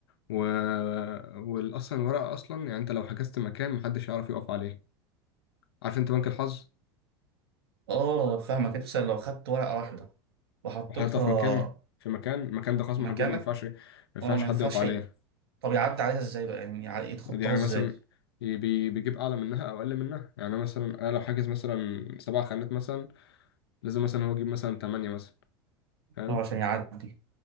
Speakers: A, on the left; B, on the right.
A: و... والأصلا الورقة أصلا يعني أنت لو حجزت مكان محدش يعرف يقف عليه عارف أنت بنك الحظ
B: اه فاهمك انت مثلا لو خدت ورقة واحدة وحطيتها
A: وحاططها في مكان في مكان المكان ده خلاص
B: مكانك
A: محجوز ما ينفعش ما ينفعش
B: اه ما
A: حد
B: ينفعش
A: يقف عليه
B: ي- طب يعدي عليها ازاي بقى يعني يع- يتخطاها
A: يعني
B: ازاي
A: مثلا ي- بي... بيجيب أعلى منها أو أقل منها يعني أنا مثلا أنا لو حاجز مثلا سبع خانات مثلا لازم مثلا هو يجيب مثلا تمانية مثلا فاهم؟
B: اه عشان يعدي